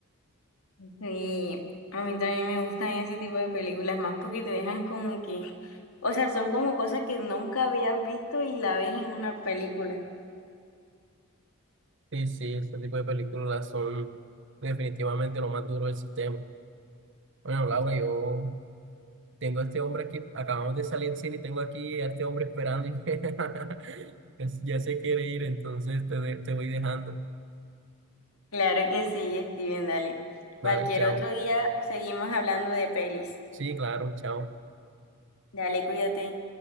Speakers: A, on the left; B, on the right.
A: Sí, a mí también me gustan ese tipo de películas más porque te dejan como que, o sea, son como cosas que nunca habías visto y la ves en una película.
B: Sí, sí, ese tipo de películas son definitivamente lo más duro del sistema. Bueno, Laura, yo Tengo a este hombre aquí, acabamos de salir del cine y tengo aquí a este hombre esperando y <laughs> es- ya se quiere ir, entonces te, de- te voy dejando.
A: Claro que sí, Steven, dale. Cualquier
B: vale chao.
A: otro día seguimos hablando de pelis.
B: Sí, claro, chao.
A: Dale, cuídate.